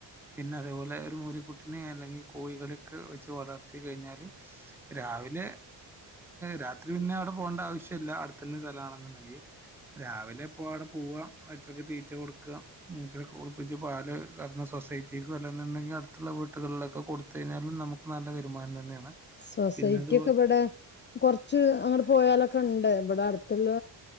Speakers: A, in the centre; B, on the left (about 25°).
A: പിന്നെ അതേപോലെ ഒരു മൂരീക്കുട്ടിനെ അല്ലെങ്കി കോഴികളെക്കെ വെച്ച് വളർത്തി കഴിഞ്ഞാല് രാവി ലെ രാത്രി പിന്നെ അവിടെ പോവണ്ട ആവശ്യില്ല അടുത്തന്നെ സ്ഥലാണെന്നുണ്ടെങ്കി രാവിലെ എപ്പളും അവിടെ പോവ്വാ അവറ്റൾക്ക് തീറ്റ കൊടുക്കുക ഉം <unintelligible> കുളിപ്പിച്ച് പാല് കറന്ന് സൊസൈ ഐറ്റിക്ക് വല്ലെന്നുണ്ടെങ്കി അടുത്തുള്ള വീട്ടുകളിലൊക്കെ കൊടുത്ത് കഴിഞ്ഞാലും നമുക്ക് നല്ല വരുമാനം തന്നെയാണ്
B: സൊസൈറ്റി
A: പിന്നതുപോ
B: ഒക്കെ ഇവിടെ കൊറച്ച് അങ്ങട്ട് പോയാലൊക്കെ ഉണ്ട് ഇവിടെ അടുത്തുള്ള